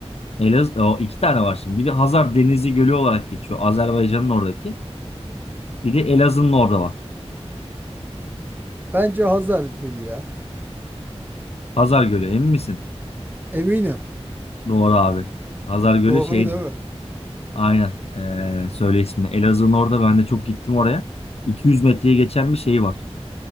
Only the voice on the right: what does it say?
Bence Hazar Gölü ya.
Eminim.
Doğru
değil mi?